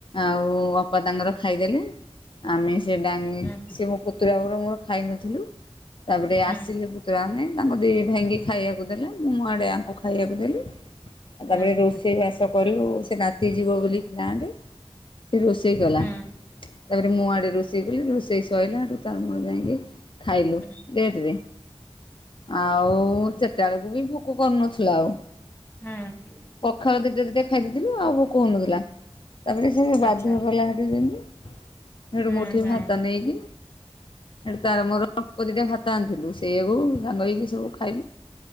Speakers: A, on the left; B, on the left.
A: ଆଉ ବୋଉ ବାପା ତାଙ୍କର ଖାଇଦେଲେ ଆମେ ସେ ଡାଙ୍ଗି
B: ହୁଁ
A: ସେ ମୋ ପୁତୁରା ବୋହୁ ର ମୋର ଖାଇନଥିଲୁ, ତାପରେ
B: ହୁଁ
A: ଆସିଲେ ପୁ ମାନେ ତାଙ୍କ ଦି ଭାଇଙ୍କି ଖାଇବାକୁ ଦେଲା। ମୁଁ ଇଆଡେ ଅଙ୍କୁ ଖାଇବାକୁ ଦେଲି। ତା
B: ହୁଁ ହୁଁ
A: ପରେ ରୋଷେଇ ବାସ କଲୁ ସେ ନାତି ଯିବ ବୋଲି ପ୍ଲାଣ୍ଟ। ସେ ରୋଷେଇ କଲା
B: ହୁଁ
A: ତାପରେ ମୁଁ ଇଆଡେ ରୋଷେଇ କଲି ରୋଷେଇ ସଇଲା ତାପରେ ତାର ମୋର ଯାଈକି ଖାଇଲୁ
B: ହୁଁ
A: ଲେଟରେ ଆଉ ଚାରିଟା ବେଳକୁ ବି ଭୋକ କରୁନଥିଲା ଆଉ।
B: ହୁଁ
A: ପଖାଳ ଦିଇଟା ଦିଇଟା ଖାଇ ଦେଇଥିଲୁ ଆଉ ଭୋକ ହୋଇନଥିଲା। ତା ପରେ ସେ ବାଧ୍ୟ
B: ଆଚ୍ଛା
A: କଲା <unintelligible> ହେଟୁ
B: ହୁଁ
A: ମୁଁ ଉଠିକି
B: ହୁଁ
A: ଭାତ ନେଇକି ତାର ମୋର ଅଳ୍ପ ଦିଇଟା ଭାତ ଆଣିଥିଲୁ ସେୟାକୁ ସାଙ୍ଗହେଇକି ସବୁ ଖା